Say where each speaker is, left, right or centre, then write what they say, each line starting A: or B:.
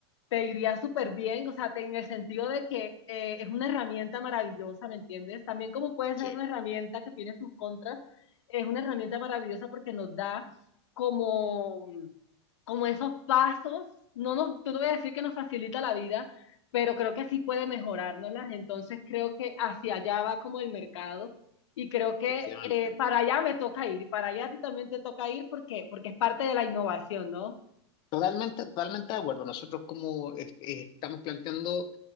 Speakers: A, on the left; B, on the left.
A: te iría súper bien, o sea, te- en el sentido de que eh, es una herramienta maravillosa, ¿me entiendes? También como puede ser
B: sí,
A: una herramienta que tiene sus contras, es una herramienta maravillosa porque nos da como, como esos pasos, no nos, no te voy a decir que nos facilita la vida, pero creo que sí puede mejorárnoslas, entonces creo que hacia allá va como el mercado. Y creo que
B: efectivamente.
A: eh, para allá me toca ir y para allá a ti también te toca ir porque, porque es parte de la innovación, ¿no?
B: Totalmente, totalmente de acuerdo. Nosotros como es- eh, estamos planteando